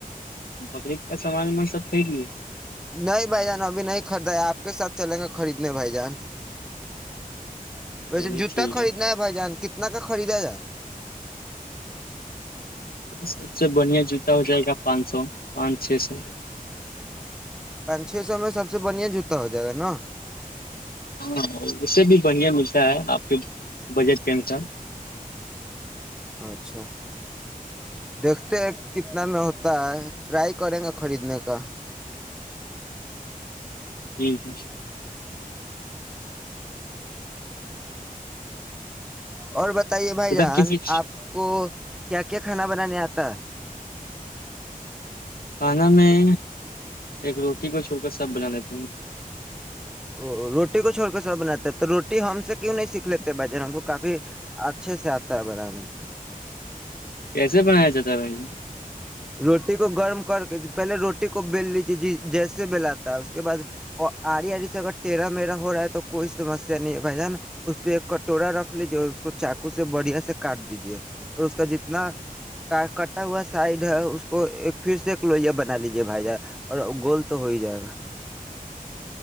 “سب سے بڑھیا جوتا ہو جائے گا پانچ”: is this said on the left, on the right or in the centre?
Left